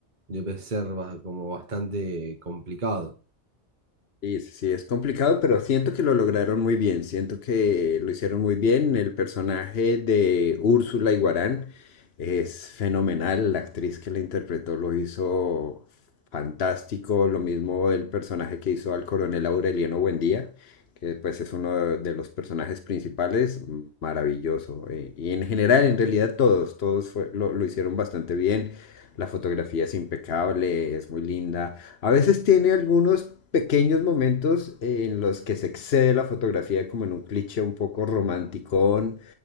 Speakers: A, on the right; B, on the left.
A: de Pecerva, como bastante complicado.
B: Sí, sí, sí, es complicado, pero siento que lo lograron muy bien, siento que lo hicieron muy bien. El personaje de Úrsula Iguarán es fenomenal, la actriz que la interpretó lo hizo fantástico, lo mismo el personaje que hizo al coronel Aureliano Buendía, que pues es uno de de los personajes principales, maravilloso. eh, y en general, en realidad todos, todos fue- lo, lo hicieron bastante bien. La fotografía es impecable, es muy linda. A veces tiene algunos pequeños momentos eh, en los que se excede la fotografía como en un cliché un poco romanticón